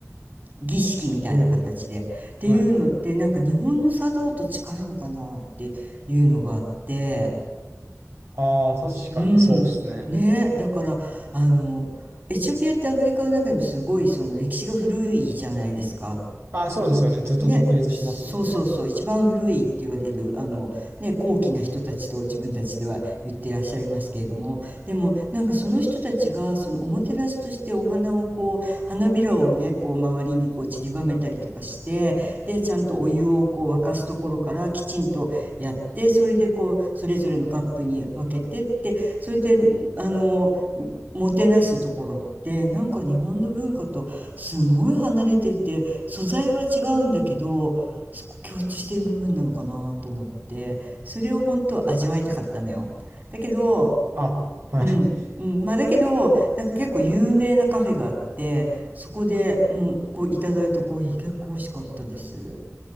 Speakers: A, on the right (about 35°); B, on the right (about 55°).
A: 儀式みたいな形で。
B: ほう、
A: っていうのって、
B: はい。
A: なんか日本の茶道と近いのかなっていうのがあって、
B: ああ、確かにそうですね。
A: うん。ね、だから、あの、エチオピアってアフリカの中でもすごいその歴史が古いじゃないですか。
B: ああ、そうですよね。ずっと独立してますもんね。
A: ね、そうそうそう、一番古いって言われる、あの、ね、高貴な人たちと自分たちでは言ってらっしゃいますけれども、でも、なんかその人たちが、そのおもてなしとしてお花をこう、花びらをね、こう、周りにこう散りばめたりとかして、で、ちゃんとお湯をこう沸かすところからきちんとやって、それでこう、それぞれのカップに分けてって、それで、あの、もてなすところって、なんか日本の文化とすごい離れてるって、素材は違うんだけど、共通してる部分なのかなと思って、それを本当は味わいたかったのよ。だけど、
B: あ、はい。
A: うん、うん、まあだけど、なんか結構有名なカフェがあって、そこで、うん、こういただいたコーヒー結構美味しかったです。